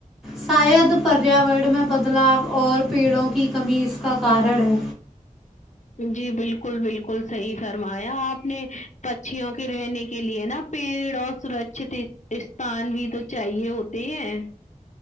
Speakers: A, in the centre; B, on the left.
A: شاید پریاورن میں بدلاؤ اور پیڑوں کی کمی اس کا کارن ہے
B: جی بالکل بالکل صحیح فرمایا آپ نے پچیوں کے رہنے کے لیے نا پیڑ اور سرکچت استان بھی تو چاہیے ہوتے ہیں